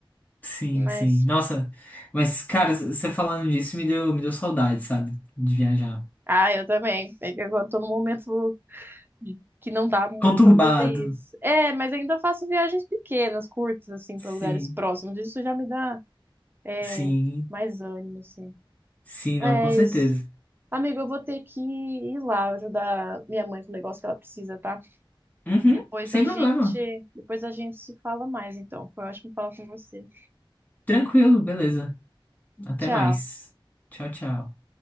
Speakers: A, on the left; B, on the right.
A: Sim,
B: mas.
A: sim. Nossa, mas, cara, você falando disso me deu, me deu saudade, sabe? De viajar.
B: Ah, eu também. É que agora eu tô num momento que não dá muito
A: Conturbado.
B: pra fazer isso. É, mas ainda faço viagens pequenas, curtas, assim,
A: Sim,
B: pra lugares próximos. Isso já me dá, é,
A: sim.
B: mais ânimo, assim.
A: Sim,
B: Mas,
A: não, com certeza.
B: amigo, eu vou ter que ir lá ajudar minha mãe com o negócio que ela precisa, tá?
A: Uhum,
B: Depois
A: sem
B: a gente,
A: problema.
B: depois a gente se fala mais, então. Foi ótimo falar com você.
A: Tranquilo, beleza. Até
B: Tchau.
A: mais. Tchau, tchau.